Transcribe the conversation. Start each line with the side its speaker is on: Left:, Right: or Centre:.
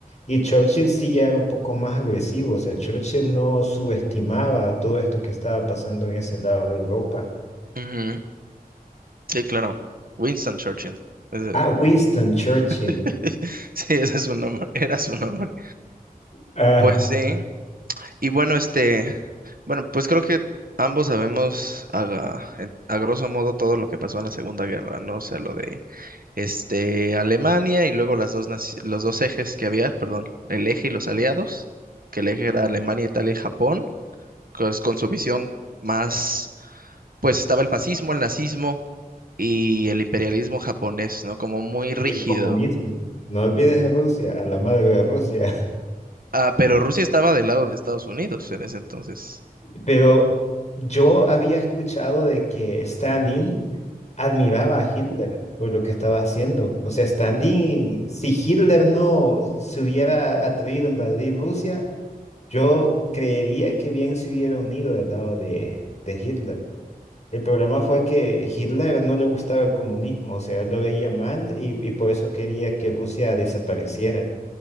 Left: Y Churchill sí ya era un poco más agresivo, o sea, Churchill no subestimaba todo esto que estaba pasando en ese lado de Europa.
Right: ujú. Sí, claro. Winston Churchill. Ese-
Left: Ah, Winston Churchill.
Right: <laughs> Sí, ese es su nombre, era su nombre.
Left: Ah,
Right: Pues sí. Y bueno, este, bueno, pues creo que ambos sabemos a, en- a grosso modo todo lo que pasó en la Segunda Guerra, ¿no? O sea, lo de este Alemania y luego las dos naci- los dos ejes que había, perdón, el eje y los aliados, que el eje era Alemania, Italia y Japón, pues, con su visión más, pues estaba el fascismo, el nazismo y el imperialismo japonés, ¿no? Como muy rígido.
Left: y el comunismo. No olvides a Rusia, a la madre de Rusia.
Right: Ah, pero Rusia estaba del lado de Estados Unidos en ese entonces.
Left: Pero yo había escuchado de que Stalin admiraba a Hitler por lo que estaba haciendo. O sea, Stalin, si Hitler no se hubiera atrevido a invadir Rusia, yo creería que bien se hubiera unido del lado de, de Hitler. El problema fue que Hitler no le gustaba el comunismo, o sea, él lo veía mal y, y por eso quería que Rusia desapareciera.